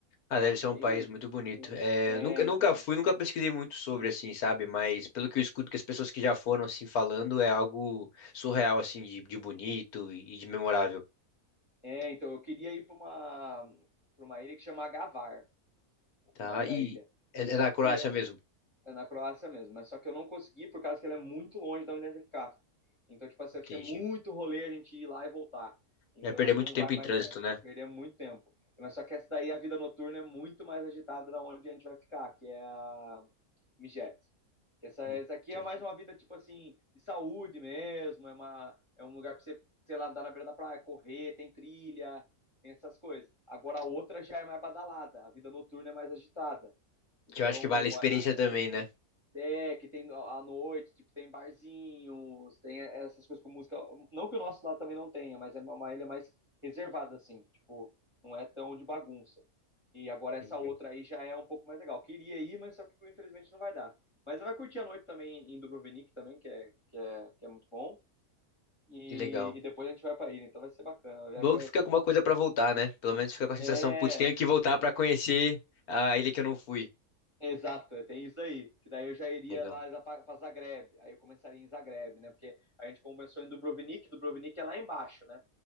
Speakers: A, on the left; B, on the left.
A: Ah, deve
B: Nossa,
A: ser
B: é
A: um
B: bem
A: país
B: bonito.
A: muito bonito.
B: O-
A: É,
B: É,
A: eu nunca, nunca
B: então.
A: fui, nunca pesquisei muito sobre, assim, sabe? Mas pelo que eu escuto que as pessoas que já foram, assim, falando, é algo surreal, assim, de, de bonito e de memorável.
B: É, então, eu queria ir para uma, para uma ilha que chama Gavar,
A: Tá,
B: o nome da
A: e
B: ilha. Só
A: é é na
B: que
A: Croácia mesmo.
B: É na Croácia mesmo, mas só que eu não consegui por causa que ele é muito longe da onde a gente ficava. Então, tipo assim,
A: Entendi.
B: vai ser muito rolê a gente ir lá e voltar. Então
A: Vai perder
B: a gente
A: muito
B: não
A: tempo
B: vai mais,
A: em trânsito,
B: né?
A: né?
B: Perder muito tempo. Mas só que essa daí, a vida noturna é muito mais agitada da onde a gente vai ficar, que é a Mijet. Que Essa,
A: Entendi.
B: essa aqui é mais uma vida, tipo assim, de saúde mesmo, é, uma, é um lugar pra você, sei lá, andar na beira da praia, correr, tem trilha, tem essas coisas. Agora a outra já é mais badalada, a vida noturna é mais agitada. Então,
A: Que eu acho que vale a experiência
B: a,
A: também, né?
B: é, que tem à noite, tipo, tem barzinhos, tem essas coisas com música. Não que o nosso lado também não tenha, mas é uma uma ilha mais reservada, assim, tipo, não é tão de bagunça. E agora essa
A: Entendi.
B: outra aí já é um pouco mais legal. Queria ir, mas só que tipo, infelizmente não vai dar. Mas vai curtir a noite também em Dubrovnik também, que é, que é, que é muito bom. E,
A: Que legal.
B: e depois a gente vai pra ilha, então vai ser bacana. A viagem
A: Bom
B: vai.
A: que fica alguma coisa pra voltar, né? Pelo menos fica com a sensação,
B: É,
A: putz, tenho que voltar pra conhecer a ilha que eu não fui.
B: Exato, é, tem isso aí. Que daí eu já iria
A: Legal.
B: lá para Zagreb. Aí eu começaria em Zagreb, né? Porque a gente começou em Dubrovnik, Dubrovnik é lá embaixo, né?